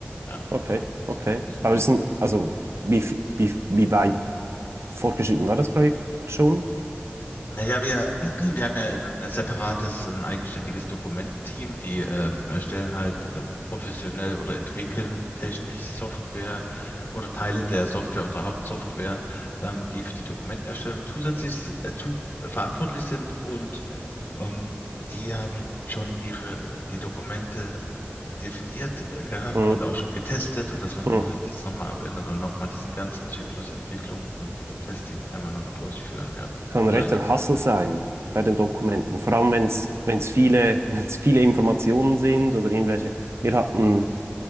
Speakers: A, on the left (about 50°); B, on the right (about 85°).
A: Ja,
B: okay,
A: bisschen,
B: okay.
A: bisschen
B: Aber
A: doof.
B: ist ein, also, wie, f- wie, wie weit fortgeschritten war das Projekt schon?
A: Naja, wir, <clears throat> wir haben ja ein ein separates, ein eigenständiges Dokumententeam, die ähm, erstellen halt äh, professionell oder entwickeln technisch Software oder Teile der Software, unserer Hauptsoftware, ähm, die für die Dokumentenerstellung zusätzlich äh, zu, äh, verantwortlich sind und ähm, die haben schon ihre, die Dokumente definiert äh, gehabt
B: Mhm.
A: und auch schon getestet und das muss
B: Mhm.
A: man halt jetzt nochmal abändern und nochmal diesen ganzen Zyklus Entwicklung und äh, Testing einmal nochmal durchführen, ja,
B: Kann ein rechter
A: leider.
B: Hassel sein bei den Dokumenten. Vor allem, wenn es wenn's viele, <laughs> wenn's viele Informationen sind oder irgendwelche. Wir hatten,